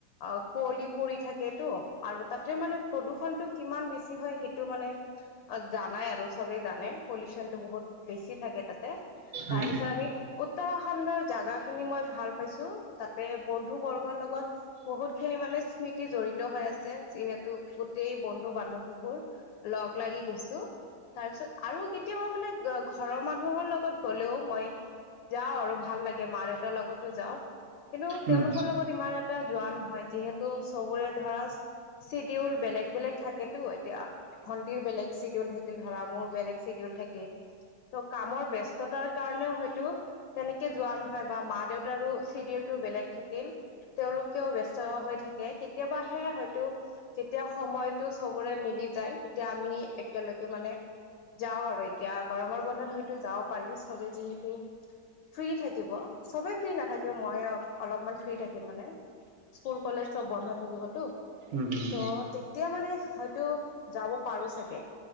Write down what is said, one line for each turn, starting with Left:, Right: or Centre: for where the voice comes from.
Left: অ, কুঁৱলী পৰি থাকেতটো, আৰু তাতে মানে প্ৰদূষণটো কিমান বেছি হয়, সেইটো মানে অ, জানাই আৰু চবেই জানে, পলিউচন টো বহুত বেছি থাকে তাতে। তাৰ
Right: উম। উম
Left: পিছত আমি উত্তৰাখণ্ডৰ জাগা খিনি মই ভাল পাইছো, তাতে বন্ধু বৰ্গৰ লগত। বহুত খিনি মানে স্মৃতি জড়িত হৈ আছে, যিহেতু গোটেই বন্ধু বান্ধৱীবোৰ। লগ, লাগি গৈছো। তাৰ পিছত আৰু কেতিয়াবা মানে ঘৰৰ মানুহৰ লগত গ'লেও মই। যাওঁ আৰু ভাল লাগে, মা-দেউতাৰ লগতো যাওঁ। কিন্তু তেওঁলোকৰ
Right: উম
Left: লগত ইমান এটা যোৱা নহয়, যিহেতু চবোৰে ধৰা চিডিউল বেলেগ, বেলেগ থাকেতো এতিয়া। ভণ্টিৰ বেলেগ চিডিউল থাকিল ধৰা, মোৰ বেলেগ চিডিউল থাকিল। ত, কামৰ ব্যস্ততাৰ কাৰণেও হয়তো। তেনেকে যোৱা নহয় বা মা-দেউতাৰো চিডিউল বেলেগ থাকিল। তেওঁলোকেও ব্যস্ত হৈ থাকে, কেতিয়াবাহে হয়তো যেতিয়া সময়তটো চবোৰে মিলি যায়, তেতিয়া আমি একেলগে মানে যাওঁ আৰু এতিয়া, গৰমৰ বন্ধত হয়তো যাব পাৰিম, চবেই যিহেতু ফ্ৰী থাকিব, চবেই ফ্ৰী নাথাকে মই অলপমান ফ্ৰী থাকিম মানে। স্কুল কলেজ চব বন্ধ থাকিবতো।
Right: উম উম।
Left: ত তেতিয়া মানে হয়তো, যাব পাৰো চাগে।